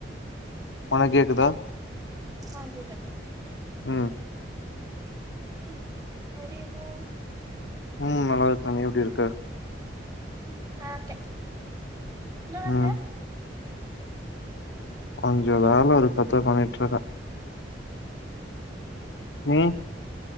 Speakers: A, on the left; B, on the right.
A: உனக்கு கேக்குதா
B: ஆ கேக்குது
A: ம்
B: ம் <unintelligible>
A: ம் நல்லா இருக்கே நீ எப்டி இருக்க
B: ம் நல்லாருக்கே என்ன பண்ற?
A: ம் கொஞ்ச வேல இருக்கு அதா பண்ணிட்ருக்கே நீ?